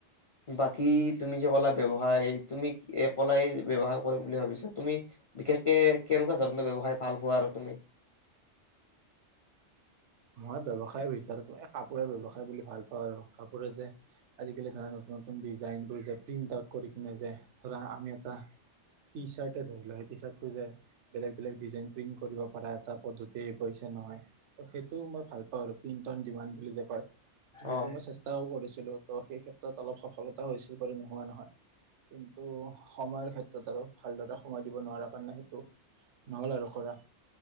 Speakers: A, on the left; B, on the right.
A: বাকী তুমি যে ক'লা ব্যৱসায় তুমি ক'লাই ব্যৱসায় কৰিম বুলি ভাবিছা, তুমি বিশেষকে কেনেকুৱা ধৰণৰ ব্যৱসায় ভাল পোৱা আৰু তুমি?
B: মই ব্যৱসায়ৰ ভিতৰতো কাপোৰে ব্যয়ৱসায় বুলি ভাল পাওঁ আৰু। কাপোৰে যে আজিকালি ধৰা নতুন নতুন ডিজাইনবোৰ যে প্ৰিণ্ট আউট কৰি কিনে যে ধৰা আমি এটা টি চাৰ্ট ধৰিলোৱা, সেই টি চাৰ্টটো যে বেলেগ বেলেগ ডিজাইন প্ৰিন্ট কৰিব পাৰা, এটা পদ্ধতি কৈছে নহয়। ত সেই টো মই ভাল পাওঁ আৰু, প্ৰিন্ট অ'ন ডিমাণ্ড বুলি যে কয়, ত সেইটো
A: অ
B: মই চে ষ্টাও কৰিছিলো, ত' সেই ক্ষেত্ৰত অলপ সফলতা হৈছিল বাৰু নোহোৱা নহয়। কিন্তু সময়ৰ ক্ষেত্ৰত আৰু ভালদৰে সময় দিব নোৱাৰা কাৰণে সেইটো নহ'ল আৰু কৰা।